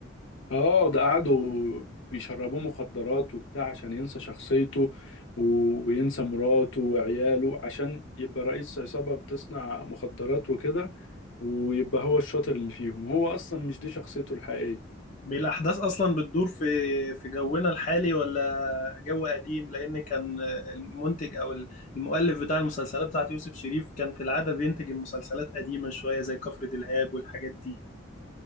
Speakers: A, on the left; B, on the left.
A: اه ده قعدوا بيشربوه مخدرات وبتاع عشان ينسى شخصيته و- وينسى مراته وعياله عشان يبقى رئيس عصابة بتصنع مخدرات وكده ويبقى هو الشاطر اللي فيهم هو اصلا مش دي شخصيته الحقيقية
B: بالأحداث أصلا بتدور في في جونا الحالي ولا جو قديم لأن كان المنتج أو المؤلف بتاع المسلسلات بتاعت يوسف شريف كان في العادة بينتج المسلسلات قديمة شوية زي كفر دلهاب والحاجات دي